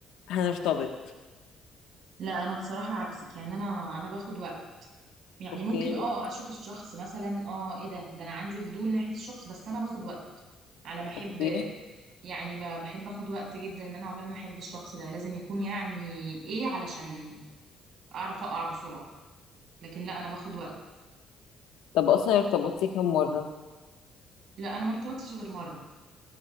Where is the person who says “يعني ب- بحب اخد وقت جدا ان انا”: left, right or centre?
Right